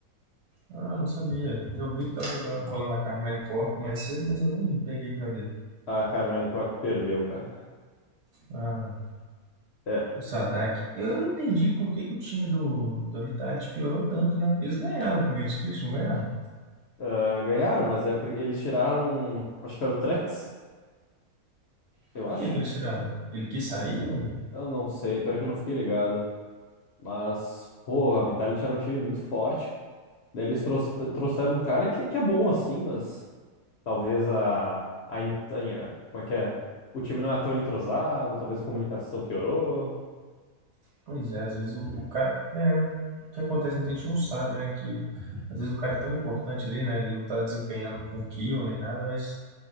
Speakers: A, on the right; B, on the left.
A: Ah, não sabia. Eu vi que tava jogando, rolando a Carmine Corp mais cedo, mas eu nem peguei pra ver.
B: Ah, cara, o Minecraft perdeu, cara.
A: Ah,
B: É,
A: o Sadak. Eu não entendi por que que o time do, do Vitality piorou tanto, né? Eles ganharam o primeiro split, não ganharam?
B: ah, ganharam, mas é porque eles tiraram, acho que era o Trex, eu
A: Por
B: acho.
A: que que eles tiraram? Ele quis sair ou
B: Eu não sei, pior que eu não fiquei ligado. Mas, pô, a Vitality era um time muito forte. Daí eles troux- trouxeram um cara que, que é bom assim, mas talvez a, a, en- tenha- Como é que é? O time não é tão entrosado, talvez a comunicação piorou.
A: Pois é, às vezes o, o cara. É, o que acontece muita gente não sabe, né? Que às vezes o cara é tão importante ali, né? Ele não tá desempenhando com kill nem nada, mas